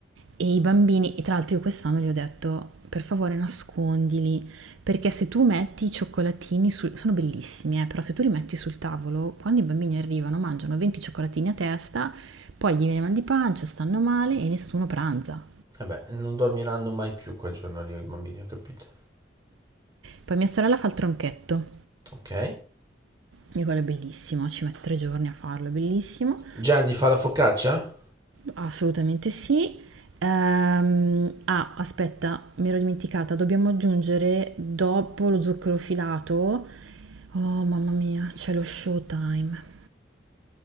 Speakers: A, on the right; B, on the right.
A: e i bambini, e tra l'altro io quest'anno gli ho detto, per favore nascondili, perché se tu metti i cioccolatini sul... sono bellissimi, eh, però se tu li metti sul tavolo, quando i bambini arrivano mangiano 20 cioccolatini a testa, poi gli viene mal di pancia, stanno male e nessuno pranza.
B: Vabbè, non dormiranno mai più quel giorno lì i bambini, ho capito.
A: Poi mia sorella fa il tronchetto,
B: Ok.
A: e quello è bellissimo, ci mette tre giorni a farlo, è bellissimo.
B: Gianni fa la focaccia?
A: Assolutamente sì. Ehm, ah, aspetta, mi ero dimenticata, dobbiamo aggiungere dopo lo zucchero filato. Oh, mamma mia, c'è lo showtime.